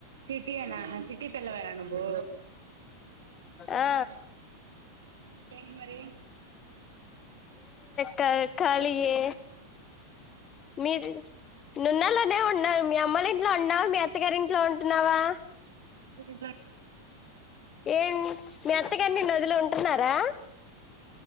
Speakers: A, on the right; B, on the left.
A: సిటీనా సిటీ పిల్లవా నువు ఇంకేంటి
B: ఆ
A: మరి
B: క కాలియే మీరు నున్నలోనే ఉన్నా మీ అమ్మలు ఇంట్లో ఉన్నావా మీ అత్తగారి ఇంట్లో ఉంటున్నావా
A: రి జ
B: ఏం మీ అత్తగని నిన్ను వదిలి ఉంటున్నారా